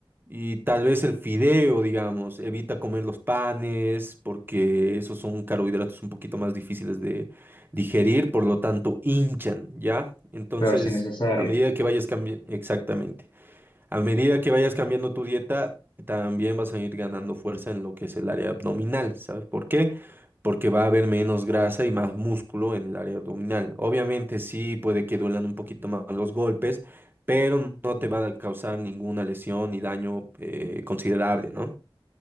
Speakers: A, on the right; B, on the left.
A: y tal vez el fideo, digamos. Evita comer los panes porque esos son carbohidratos un poquito más difíciles de digerir, por lo tanto hinchan, ¿ya? Entonces,
B: claro, si necesario.
A: a medida que vayas cambiando, exactamente. A medida que vayas cambiando tu dieta, también vas a ir ganando fuerza en lo que es el área abdominal. ¿Sabes por qué? Porque va a haber menos grasa y más músculo en el área abdominal. Obviamente sí puede que duelan un poquito más los golpes, pero
B: Ujú.
A: no te va a causar ninguna lesión ni daño eh, considerable, ¿no?